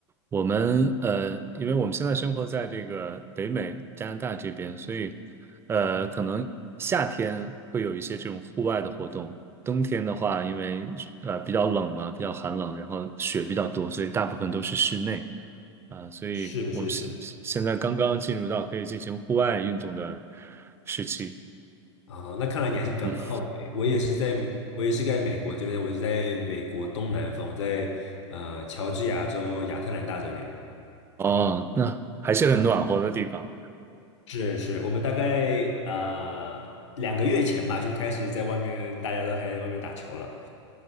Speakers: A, on the right; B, on the left.
A: 我们呃，因为我们现在生活在这个北美加拿大这边，所以呃，可能夏天会有一些这种户外的活动，冬天的话，因为呃比较冷嘛，比较寒冷，然后雪比较多，所以大部分都是室内啊，所以我们现现在刚刚进入到可以进行户外运动的
B: 是是是，
A: 时期。
B: 啊、那看来你还是比较靠北，
A: 嗯，
B: 我也是在我也是在美国这边，我是在美国东南方，我在呃乔治亚州亚特兰大这边。
A: 哦，那还是很暖和的地方，
B: 嗯。是是，我们大概呃两个月前吧，就开始在外面，大家都开始外面打球了。